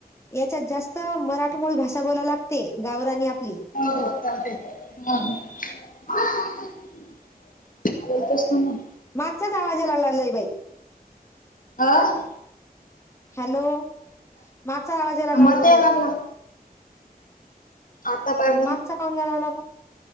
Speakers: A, on the left (about 15°); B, on the left (about 60°).
A: याच्यात जास्त, मराठीमोळी भाषा बोलायला ला गते गावरानी आपली.
B: <unintelligible> <inaudible> बोलतोस का नाय?
A: मागचाच आवाज यायला लागलंय बाई.
B: अं?
A: हॅलो मागचा आवाज यायला
B: क्
A: लागला
B: मागचा
A: म्हणलं
B: यायला
A: लय
B: लागला? आता पाय मग,
A: मागचा काऊन यायला लागला